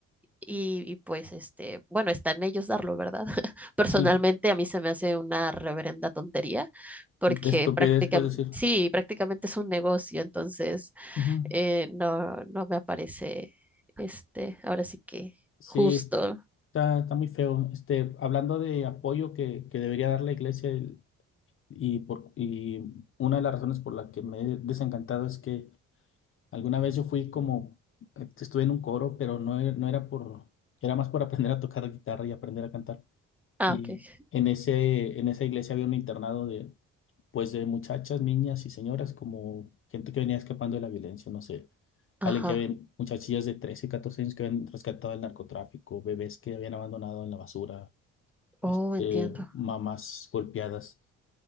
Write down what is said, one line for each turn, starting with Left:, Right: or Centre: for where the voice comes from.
Centre: y, y pues, este, bueno, está en ellos darlo, ¿verdad? <laughs> Personalmente
Left: Sí,
Centre: a mí se me hace una reverenda tontería, porque
Left: estupidez
Centre: prácticamente,
Left: puedes decir.
Centre: sí, prácticamente es un negocio, entonces
Left: Ujú.
Centre: eh, no, no me aparece, este, ahora sí que
Left: Sí,
Centre: justo.
Left: es- está, está muy feo. Este, hablando de apoyo que, que debería dar la iglesia el- y, por, y una de las razones por la que me he desencantado es que alguna vez yo fui como, estuve en un coro, pero no, e- no era por, era más por aprender a tocar guitarra y aprender a cantar.
Centre: Ah,
Left: Y
Centre: ok.
Left: en ese, en esa iglesia había un internado de, pues, de muchachas, niñas y señoras, como gente que venía escapando de la violencia, no sé.
Centre: Ajá.
Left: Alguien que habían, muchachillas de 13, 14 años que habían rescatado del narcotráfico, bebés que habían abandonado en la basura, este,
Centre: Oh, entiendo.
Left: mamás golpeadas,